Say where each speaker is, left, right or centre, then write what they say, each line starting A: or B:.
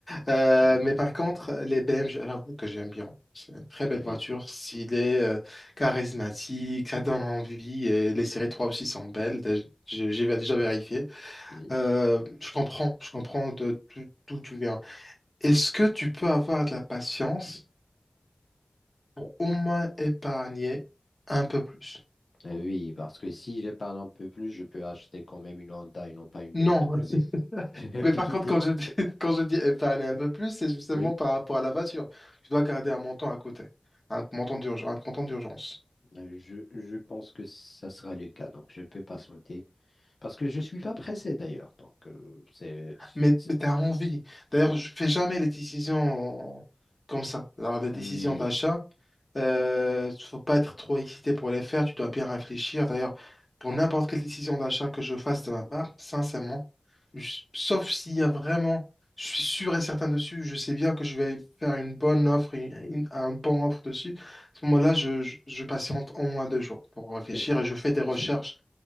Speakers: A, on the left; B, on the left.
A: Euh,
B: Oui,
A: mais par contre, les BMG, j'avoue que j'aime bien. C'est une très belle
B: oui,
A: voiture, stylée, euh, charismatique, ça donne envie. Et les séries 3 aussi sont belles. Dé- J'ai j'ai déjà vérifié.
B: oui.
A: Euh, je comprends, je comprends de- d'o- d'où tu viens. Est-ce que tu peux avoir de la patience pour au moins épargner un peu plus?
B: Euh, oui, parce que si j'épargne un peu plus, je peux acheter quand même une Honda et non pas une BMW.
A: Non, <laughs>
B: <laughs>
A: mais par contre, quand je dis, <laughs> quand je dis épargner un peu plus, c'est justement
B: Oui,
A: par rapport à la voiture. Tu dois garder un montant à côté, un montant d'urgence, un montant d'urgence.
B: euh, je, je pense que ça sera le cas, donc je peux patienter. Parce que je suis pas pressé d'ailleurs, donc euh, c'est...
A: Mais,
B: c'est-
A: mais tu as envie. D'ailleurs, je fais jamais les décisions euh, comme ça. Alors, les
B: Oui,
A: décisions d'achat, euh, faut pas être trop excité pour les faire, tu dois bien réfléchir. D'ailleurs, pour n'importe quelle décision d'achat que je fasse de ma part, sincèrement, Je- Sauf s'il y a vraiment, je suis sûr et certain dessus, je sais bien que je vais faire une bonne offre, et une- un bon offre dessus. À ce moment-là, je, je- je patiente au moins deux jours pour réfléchir
B: c'est-
A: et je fais
B: <laughs>
A: des recherches
B: je,